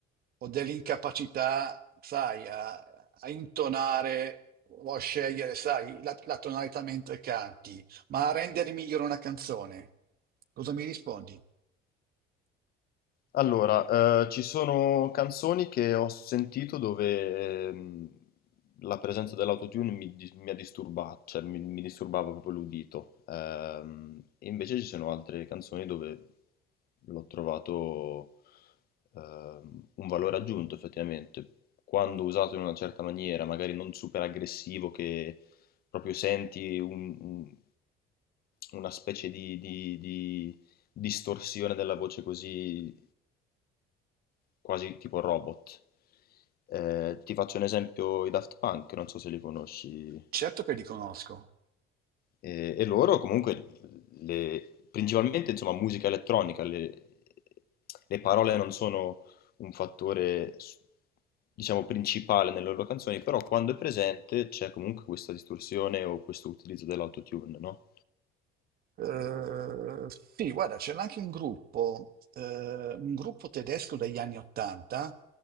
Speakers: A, on the right; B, on the left.
A: o dell'incapacità, sai, a, a intonare o a scegliere, sai, la, la tonalità mentre canti, ma a rendere migliore una canzone. Cosa mi rispondi?
B: Allora, eh, ci sono canzoni che ho sentito dove ehm, la presenza dell'autotune mi, dis- mi ha disturbato, cioè mi, mi disturbava proprio l'udito. Ehm, e invece ci sono altre canzoni dove l'ho trovato ehm, un valore aggiunto effettivamente. Quando usato in una certa maniera, magari non super aggressivo, che proprio senti un- un- una specie di, di- di distorsione della voce così quasi tipo robot. Eh, ti faccio un esempio, i Daft Punk, non so se li conosci,
A: Certo che li conosco.
B: e, e loro comunque, le- principalmente insomma musica elettronica, le, le parole non sono un fattore, s- diciamo, principale nelle loro canzoni, però quando è presente c'è comunque questa distorsione o questo utilizzo dell'autotune, no?
A: Eh, sì, guarda, c'era anche un gruppo, eh, un gruppo tedesco degli anni Ottanta,